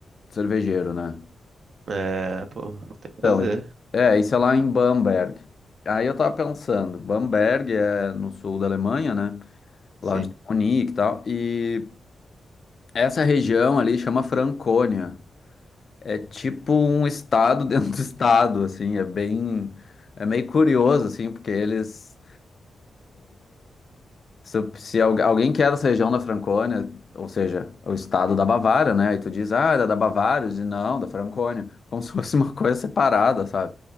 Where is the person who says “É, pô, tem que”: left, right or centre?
Right